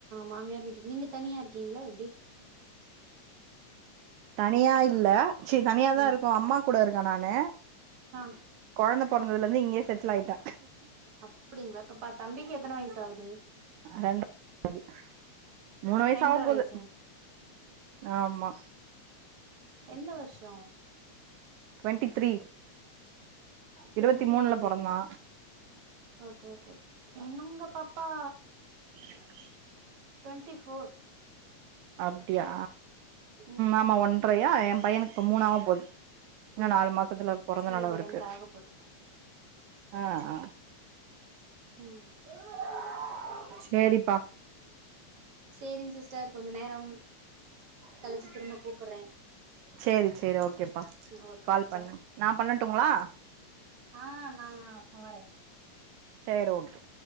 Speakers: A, on the right; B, on the right.
A: மாமியார் வீட்டுக்கு நீங்க தனியா இருக்கீங்களா எப்டி
B: தனியா இல்ல சேரி தனியாதா
A: ம்
B: இருக்கு அம்மா கூட இருக்கே நானு
A: ஆ
B: கொழந்த பொறந்ததுல இருந்து இங்கேயே செட்டில் ஆய்ட்ட
A: அப்டிங்களா இப்ப பா தம்பிக்கு எத்தன வயசு ஆவுது
B: ரெண்டு <inaudible> மூணு வயசு
A: ரெண்டர
B: ஆவ போது
A: வயசுங்க
B: ஆமா
A: எந்த வர்ஷோ
B: டவென்டி த்ரீ
A: டுவெண்ட்டி
B: இரவத்தி மூணுல
A: த்ரீயா
B: பொறந்தா
A: ஓகே ஓகே என்ன உங்க பாப்பா
B: <inaudible>
A: டுவென்டி ஃபோர்
B: அப்டியா
A: ம்
B: ஆமா ஒன்ரையா எ பையனுக்கு இப்ப மூண் ஆவ போது இன்னு
A: ம்
B: நாலு மாசத்துல பொறந்த
A: இவளுக்கு
B: நாளு அவருக்கு
A: ரெண்டு ஆக போது
B: அ அ
A: ம்
B: சேரிப்பா
A: சேரிங்க சிஸ்டர் கொஞ்சோ நேரம் கலிச்சி திரும்ப கூப்பறே
B: செரி செரி ஓகேப்பா
A: ஓகே
B: கால் பண்ணு
A: பாய்
B: நா பண்ணட்டுங்களா
A: ஆ நா வரே
B: சேரி ஓகே